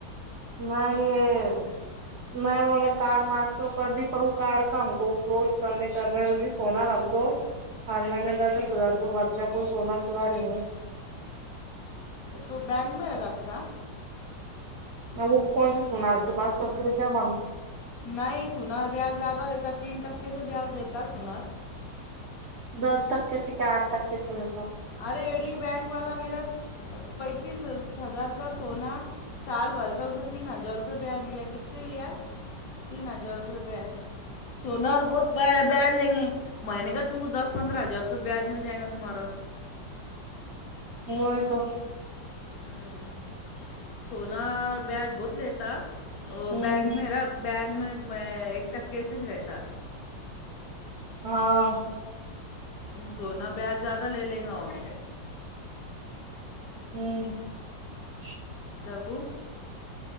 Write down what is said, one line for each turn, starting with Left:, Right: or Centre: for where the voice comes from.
Right: نہیں یہ نہیں انہوں نے کارڈ مار کے کر دی پر وہ کارڈ کا ہم کو کلوز کرنے کا میں م سونا رکھ دو ہر میں نے دس دس ہزار روپئے بورق پ سونا چڑا لے
Left: تو بینک میں ر گا سا
Right: ا وہ کون سا سنا آپ کے پاس فکر کیا معانوم
Left: نہیں سنا بیاز زیادہ لیتا تین ٹکے سے بیاج دیتا تت ہور
Right: دس ٹکے سے کیا آٹھ ٹکے سے دیتا ہ
Left: ارے ایڈی بینک والا میرا پینتیس ہزار کا سونا سال بھر کا اس نے تین ہزار روپے بیاج لیا کتنے لیا تین ہزار روپے بیاج سونا اور بہت بیاج لیں گے مہینے کا تم کو دس پندرہ ہزار روپے بیاج میں جائے گا تمہارا
Right: وہ تو
Left: ہ سناار بیاج بہت ک لتا
Right: ہوں
Left: بینک میں ر بینک میں میں ایک ٹککےسج رہتا
Right: ہاں
Left: سونا بیاج زیادہ لے لے گا اور
Right: <inaudible>
Left: رکو